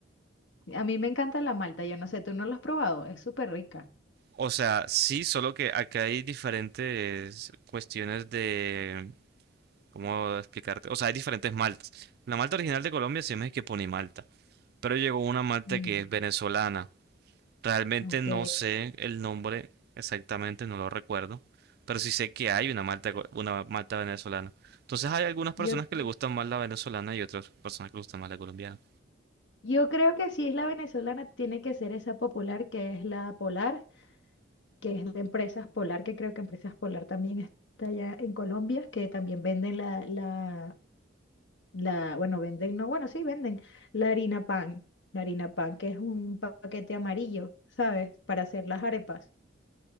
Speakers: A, on the left; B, on the right.
A: A mí me encanta la malta, yo no sé, tú no la has probado, es súper rica.
B: O sea, sí, solo que acá hay diferentes cuestiones de... ¿Cómo explicarte? O sea, hay diferentes maltas. La malta original de Colombia se llama es que pone Malta. Pero llegó una malta
A: Mm,
B: que es venezolana. Realmente
A: ok,
B: no sé el nombre exactamente, no lo recuerdo. Pero sí sé que hay una malta, co- una malta venezolana. Entonces hay algunas personas
A: yo,
B: que le gustan más la venezolana y otras personas que le gustan más la colombiana.
A: yo creo que si es la venezolana, tiene que ser esa popular, que es la Polar, que es de Empresas Polar, que creo que Empresas Polar también está allá en Colombia, que también venden la, la, la, bueno, venden, no, bueno, sí, venden la harina pan, la harina pan, que es un pa- paquete amarillo, ¿sabes? Para hacer las arepas.